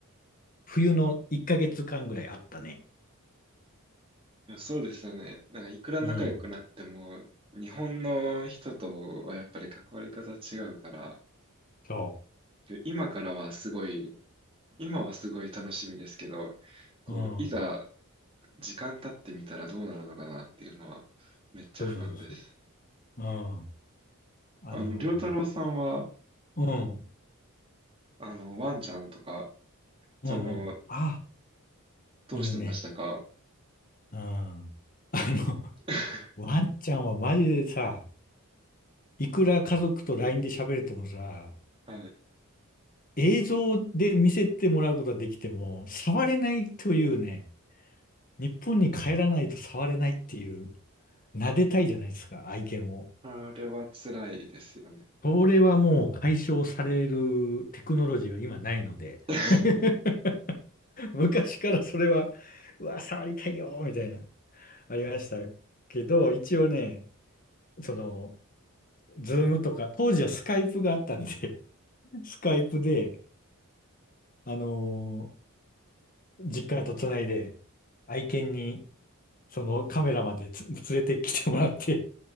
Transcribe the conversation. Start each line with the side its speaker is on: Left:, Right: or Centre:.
Left: 冬の1ヶ月間ぐらいあったね。
Right: や、そうですよね。なんかいくら仲良くなっても、
Left: うん。
Right: 日本の人とはやっぱり関わり方違うから、
Left: そ
Right: 今からはすごい、今はすごい楽しみですけど、こう、
Left: う。うん。
Right: いざ時間経ってみたらどうなるのかなっていうのはめっちゃ不安です。
Left: そうそうそうそう。うん。あの
Right: あの、良太郎さんは、
Left: ーうん。
Right: あの、ワンちゃんとか、
Left: うんうん。
Right: その、
Left: あ、
Right: どうしてましたか
Left: 犬ね。うん。あの、
Right: <laughs>
Left: ワンちゃんはマジでさ、いくら家族と LINE で喋れてもさ、
Right: はい。
Left: 映像で見せてもらうことはできても、触れないというね、日本に帰らないと触れないっていう、撫でたいじゃないですか、愛犬を。
Right: あれは辛いですよね。
Left: それはもう解消されるテクノロジーは今ないので、
Right: <laughs>
Left: <laughs> 昔からそれは、うわ、触りたいよ、みたいな、ありましたけど、一応ね、その、ズームとか、当時はスカイプがあったんで、<laughs> スカイプで、あのー実家とつないで、愛犬に、そのカメラまでつ <laughs> 連れてきてもらって、